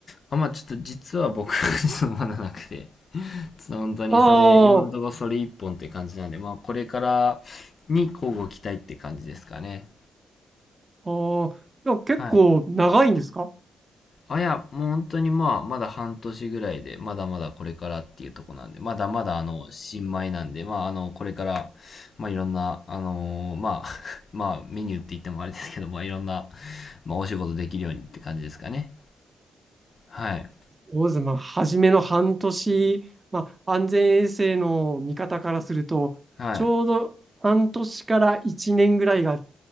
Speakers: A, on the left; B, on the right.
A: あ、まあ、ちょっと実は僕、<laughs> そのまだなくて。本当にそれ、
B: あ
A: 今のところそれ一本って感じなんで、
B: あ、あ
A: まあこれからに交互期待って感じですかね。
B: あ、いや、結構長いんですかああ、
A: はい。あいや、もう本当にまあ、まだ半年ぐらいで、まだまだこれからっていうとこなんで、まだまだあの、新米なんで、まああの、これから、まあいろんな、あのーまあ、<laughs> まあメニューって言ってもあれですけど、まあいろんな、まあお仕事できるようにって感じですかね。はい。
B: そうです。まあ、初めの半年、まあ、安全衛生の見方からすると、
A: はい。
B: ちょうど半年から1年ぐらいが